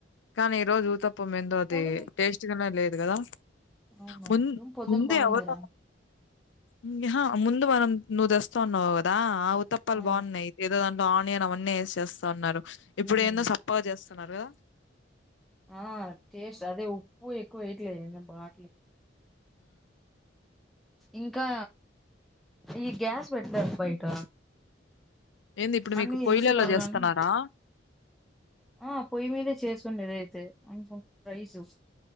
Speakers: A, on the left; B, in the centre.
A: కానీ ఈ రోజు ఊతప్పమ్ ఎందో అది
B: కానీ
A: టేస్ట్గానే లేదు కదా
B: అవునా
A: మున్
B: ఏం పొద్దున
A: ముందే
B: బాగుండారా
A: ఆహా ముందు మనం నువ్ తెస్తవ అన్నవువదా ఆ ఉతప్పల్
B: ఆ
A: బాగున్నాయి ఎదో అం ఆనియన్ అవన్నీ వేస్ చేస్తా ఉన్నారు. ఇప్పుడు
B: ఉమ్
A: ఏందో సా బా చేస్తున్నారు
B: ఆ టేస్ట్ అదే ఉప్పు ఎక్కువ వేయట్లేదు ఏన్న బాటిలు ఇంకా ఈ గ్యాస్ పెట్టలేర్ బయట
A: ఏంది ఇప్పుడు
B: అన్ని
A: మీకు పొయ్యలలో
B: చేస్తున్నారు
A: చేస్తున్నారా
B: గానీ ఆ పొయ్యి మీదే చేస్తుండడి ఏదైతే ఇంక ప్రైస్